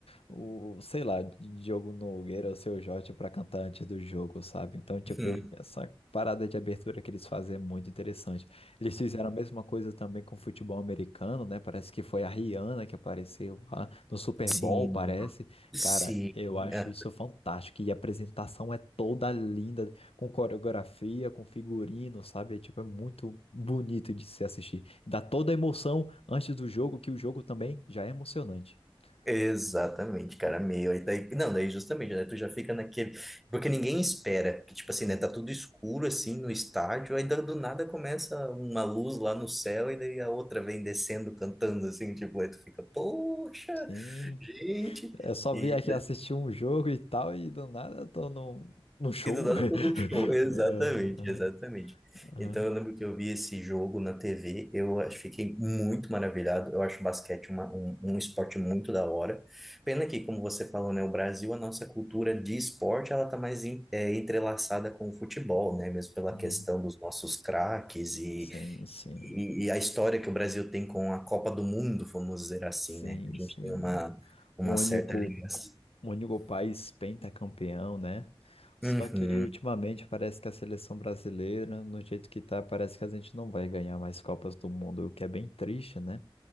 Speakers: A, on the left; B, in the centre.
A: o sei lá, Diogo Nogueira ou Seu Jorge pra cantar antes do jogo, sabe? Então, tipo,
B: Hum.
A: essa parada de abertura que eles fazem é muito interessante. Eles fizeram a mesma coisa também com o futebol americano, né? Parece que foi a Rihanna que apareceu lá no Super
B: Sim,
A: Bowl, parece.
B: sim.
A: Cara, eu acho
B: Ah,
A: isso fantástico. E a apresentação é toda linda com coreografia, com figurino, sabe? É, tipo, é muito bonito de se assistir. Dá toda a emoção antes do jogo, que o jogo também já é emocionante. <laughs>
B: Exatamente, cara, meio. Aí daí, não, daí justamente, né? Tu já fica naquele. Porque ninguém espera, que tipo assim,
A: Uhum.
B: né? Tá tudo escuro assim no estádio, aí do do nada começa uma luz lá no céu e daí a outra vem descendo cantando assim, tipo, aí tu fica, poxa,
A: Sim,
B: gente.
A: eu só
B: E
A: vim aqui assistir um jogo e tal, e do nada eu tô num, num show.
B: E do nada
A: <laughs>
B: todo um show. <laughs> Exatamente,
A: É, Aham,
B: exatamente.
A: aham,
B: Então eu lembro que eu vi esse jogo na TV, eu acho- fiquei muito maravilhado. Eu acho basquete uma, um, um esporte muito da hora. Pena que, como você falou, né, o Brasil, a nossa cultura de esporte, ela tá mais en- é, entrelaçada com o futebol, né? Mesmo pela
A: uhum.
B: questão dos nossos craques e,
A: Sim, sim,
B: e, e a história que o Brasil tem com a Copa do Mundo, vamos dizer assim,
A: sim,
B: né? A gente
A: sim.
B: tem uma, uma
A: O único
B: certa ligação.
A: O único país pentacampeão, né? Só
B: Uhum.
A: que ultimamente parece que a seleção brasileira, no jeito que tá, parece que a gente não vai ganhar mais Copas do Mundo, o que é bem triste, né?